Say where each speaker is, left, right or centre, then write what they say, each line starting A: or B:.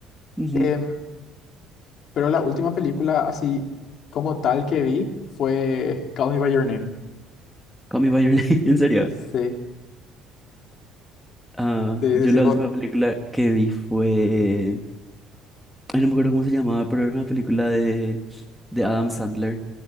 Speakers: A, in the centre; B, on the left (about 45°).
A: Ujú.
B: Em, pero la última película así como tal que vi fue Call Me by Your Name.
A: Call Me By Your Name, <laughs> en serio.
B: Sí,
A: Ah,
B: sí,
A: yo
B: sí, sí.
A: la
B: Bo-
A: última película que vi fue... Ay, no me acuerdo cómo se llamaba, pero era una película de, de Adam Sandler